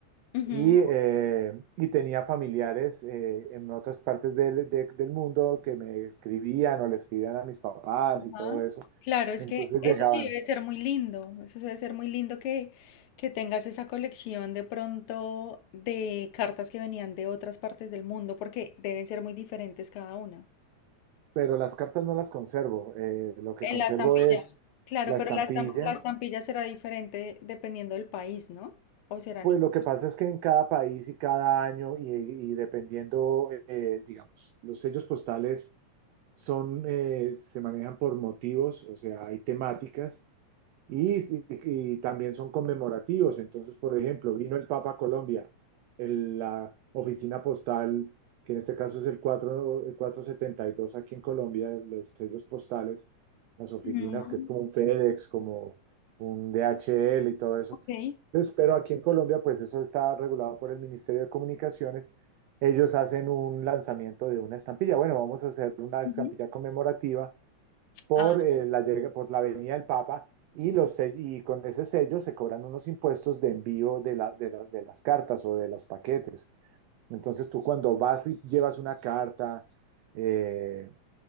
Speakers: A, on the left; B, on the right.
A: Ujú,
B: y, eh, y tenía familiares eh, en otras partes del, de- del mundo que me escribían o le escribían a mis papás y todo
A: ajá.
B: eso.
A: Claro, es
B: Entonces
A: que eso
B: llegaban,
A: sí debe ser muy lindo. Eso debe ser muy lindo que, que tengas esa colección de pronto de cartas que venían de otras partes del mundo, porque deben ser muy diferentes cada una.
B: pero las cartas no las conservo. eh, lo que
A: En
B: conservo
A: la estampilla.
B: es
A: Claro,
B: la
A: pero
B: estampilla.
A: la, estam- la estampilla será diferente dependiendo del país, ¿no? ¿O serán
B: Pues
A: iguales?
B: lo que pasa es que en cada país y cada año y, y dependiendo, eh, digamos, los sellos postales son, eh, se manejan por motivos, o sea, hay temáticas. Y, si- y también son conmemorativos. Entonces, por ejemplo, vino el Papa a Colombia, el- la oficina postal, que en este caso es el 4, el 472 aquí en Colombia, los sellos postales, las oficinas,
A: Mm,
B: que es como un FedEx, como un DHL y todo eso.
A: ok.
B: Pues, pero aquí en Colombia, pues eso está regulado por el Ministerio de Comunicaciones. Ellos hacen un lanzamiento de una estampilla. Bueno, vamos a hacer una estampilla
A: Ujú.
B: conmemorativa por,
A: Ah,
B: eh, la, llega- por la venida del Papa y, los, se- y con ese sello se cobran unos impuestos de envío de, la- de la- de las cartas o de los paquetes. Entonces tú cuando vas y llevas una carta, eh,